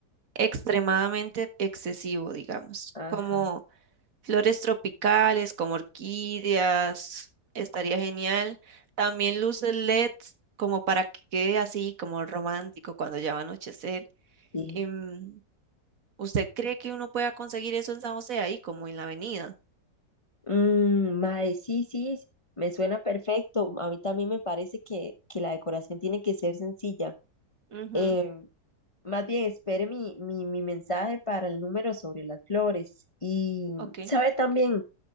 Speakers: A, on the right (about 55°); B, on the left (about 25°).
A: extremadamente excesivo, digamos,
B: Ajá,
A: como flores tropicales, como orquídeas, estaría genial. También luces LED, como para que quede así, como romántico cuando ya va a anochecer.
B: sí.
A: Em, ¿usted cree que uno pueda conseguir eso en San José ahí, como en la avenida?
B: Mm, mae, sí, sí, s- me suena perfecto. A mí también me parece que, que la decoración tiene que ser sencilla.
A: Ujú.
B: Eh, más bien, espere mi, mi, mi mensaje para el número sobre las flores. Y,
A: Ok.
B: ¿sabe también?